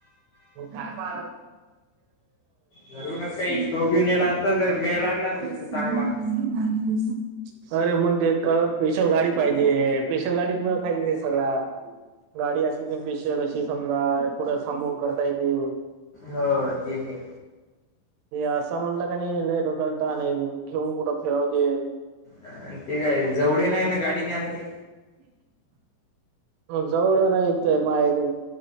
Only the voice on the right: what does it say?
का
स
अ
बास अरे मग ते का स्पेशल गाडी पाहिजे स्पेशल गाडीत खाय सगळ गाडी असली त स्पेशल अशी समजा कुढं थांबवून करता येते
असं म्हणलं का नाही ल डोक्याल त नाही घेऊन कुठं फिरावते
हम् जवळ नाही यत माय